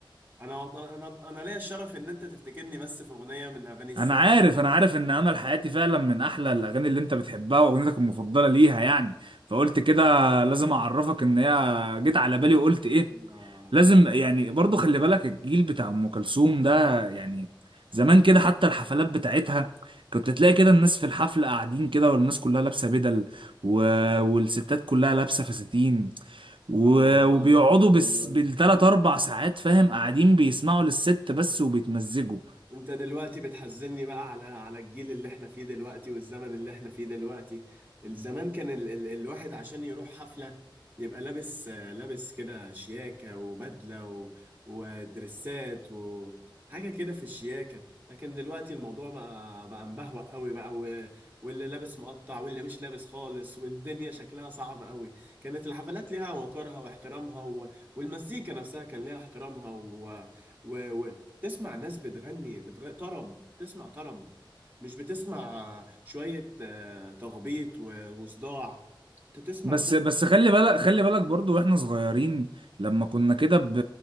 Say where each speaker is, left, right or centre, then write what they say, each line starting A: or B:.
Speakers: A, on the right; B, on the right.
A: انا انا انا ليا الشرف ان انت تفتكرني بس في اغنيه من اغاني الست
B: انا عارف
A: ده
B: انا عارف ان امل حياتي فعلا من احلى الاغاني اللي انت بتحبها واغنيتك المفضله ليها يعني فقلت كده لازم اعرفك ان هي جيت على بالي وقلت ايه
A: اه
B: لازم يعني برضو خلي بالك الجيل بتاع ام كلثوم ده يعني زمان كده حتى الحفلات بتاعتها كنت تلاقي كده الناس في الحفله قاعدين كده والناس كلها لابسه بدل و... والستات كلها لابسه فساتين و...
A: آه والله
B: وبيقعدوا
A: اه والله
B: بس... بالتلات اربع ساعات فاهم قاعدين بيسمعوا للست بس وبيتمزجوا
A: انت دلوقتي بتحزني بقى على على الجيل اللي احنا فيه دلوقتي والزمن اللي احنا فيه دلوقتي زمان كان ال ال الواحد عشان يروح حفلة يبقى لابس آه، لابس كده شياكة وبدلة و ودرسات وحاجة كده في الشياكة لكن دلوقتي الموضوع بقى بقى مبهوأ قوي بقى و- واللي لابس مقطع واللي مش لابس خالص والدنيا شكلها صعب قوي كانت الحفلات ليها وقارها واحترامها و- والمزيكا نفسها كان ليها احترامها و تسمع ناس بتغني بتغ... طرب تسمع طرب مش بتسمع آه، شوية آه، تخبيط و- وصداع ت- تسمع
B: بس
A: صوت
B: بس خلي بالك خلي بالك برضو واحنا صغيرين لما كنا كده ب